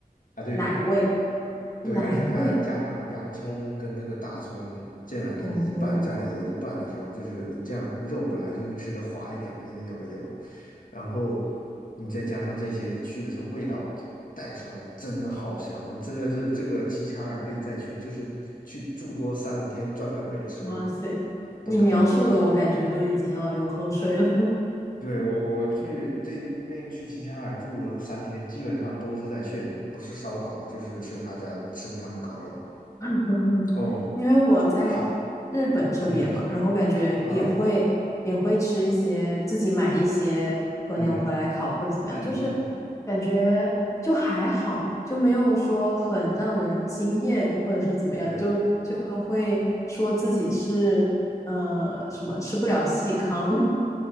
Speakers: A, on the left; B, on the left.
A: 啊对，
B: 奶味。奶味
A: 对，而且它加上洋葱跟那个大葱，这样给你一半加点油，
B: 哦，
A: 一半的时候，就是你这样肉本来就会吃的滑一点嘛，因为有了油，然后你再加上这些一去的时候，味道给带出来的真的好香，我真的是这个齐齐哈尔可以再去，就是去住多三五天，专门为了吃肉
B: 哇塞！
A: 都可以。
B: 你描述的我感觉都已经要流口水了，
A: 对，我我去这那去齐齐哈尔住了三天，基本上都是在炫，不是烧烤就是吃他家吃他们的烤肉。
B: <laughs>
A: 哦，
B: 因为我在日本这边嘛，
A: 就烤嗯，你说
B: 然后感觉也会也会吃一些自己买一些和牛回来烤或者怎么样，
A: 啊，嗯哼，嗯嗯，
B: 就是感觉就还好，就没有说很让人惊艳或者是怎么样，
A: 对，
B: 就就都会说自己是呃什么吃不了细糠，